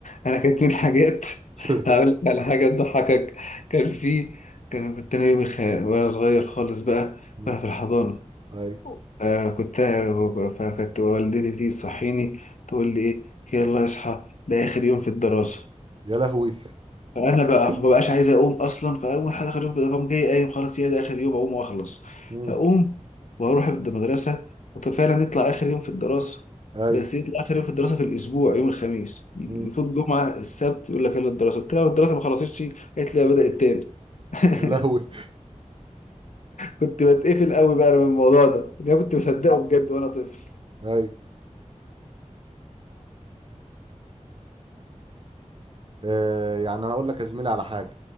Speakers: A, on the left; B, on the right.
A: انا كانت من الحاجات
B: <laughs>
A: <laughs> هقول لك على حاجه تضحكك كان في كان كنت انا يومي خ... وانا صغير خالص بقى
B: مم.
A: وانا في الحضانه
B: اي
A: آه كنت فكانت والدتي تيجي تصحيني تقول لي ايه يلا اصحى ده اخر يوم في الدراسه
B: يا لهوي
A: فانا بقى
B: <laughs>
A: ما بقاش عايز اقوم اصلا فاول حاجه اخر يوم في فقوم جاي قايم خلاص هي ده اخر يوم اقوم واخلص
B: مم.
A: فاقوم واروح المدرسه وفعلا نطلع اخر يوم في الدراسه
B: اي
A: بس يطلع اخر يوم في الدراسه في الاسبوع يوم الخميس يفوت
B: مم.
A: جمعه السبت يقول لك يلا الدراسه قلت لها الدراسه ما خلصتش قالت لي بدات تاني
B: يا لهوي
A: <laughs> كنت بتقفل قوي بقى من الموضوع ده إن انا كنت مصدقه بجد وانا طفل
B: اي آه يعني انا هقول لك يا زميلي على حاجه